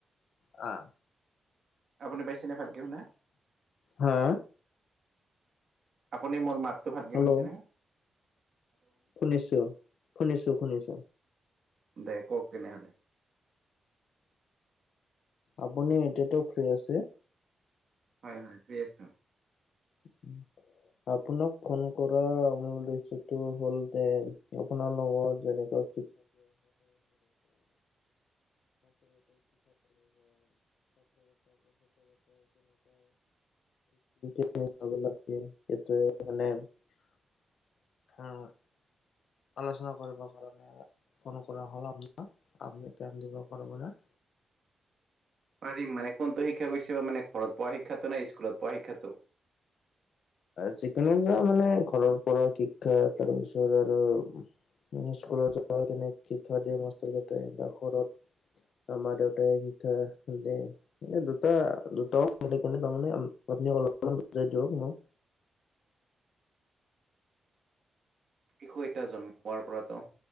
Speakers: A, on the left; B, on the right.
A: অ,
B: আপুনি পাইছেনে ভালকে শুনা,
A: হা
B: আপুনি মোৰ মাত- টো ভালকে
A: হেল্ল'
B: শুনিছা নে?
A: শুনিছো শুনিছো শুনিছো।
B: দে কওক তেনেহ'লে -
A: আপুনি এতিয়াতো ফ্ৰী আছে?
B: হয় হয় ফ্ৰী আছোঁ।
A: উম আপোনাক ফোন কৰা মূল উদ্দেশ্যটো হ'ল যে আপোনাৰ লগত যেনেকৈ <unintelligible> <unintelligible> <unintelligible> আলোচনা কৰিব কাৰণে ফোন কৰা হল আপোনাক, আপুনি টাইম দিব পাৰিব নে?
B: পাৰিম মানে কোনটো শিক্ষা কৈছা মানে ঘৰত পঢোৱা শিক্ষাটো নাই স্কুলত পঢোৱা শিক্ষাটো?
A: যি কোনো মানে ঘৰৰ পৰা শিক্ষা তাৰপিছত আৰু - উ স্কুলত যাব কেনে শিক্ষা দিয়ে মাষ্টৰ কেইটাই বা ঘৰত। আমাৰ দেউতাই যি শিক্ষা দিয়ে মানে দু টা দুটাও তাৰ মানে আপুনি অলপমান বজাই দিয়ক মোক।
B: শিশু এটা জন্ম হোৱাৰ পৰাতো